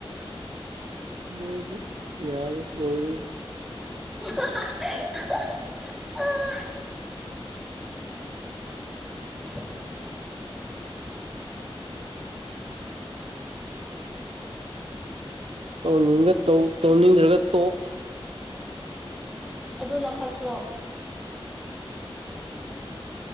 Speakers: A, on the right; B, in the centre.
A: ꯅꯣꯏꯗꯤ ꯌꯥꯔ ꯑꯣꯏꯣꯏꯔꯗ
B: <unintelligible> ꯁꯨ
A: ꯇꯧꯅꯤꯡ ꯇꯧꯅꯤꯡꯗ꯭ꯔꯒ ꯇꯣꯛ
B: ꯑꯗꯨꯅ ꯐꯠꯇ꯭ꯔꯣ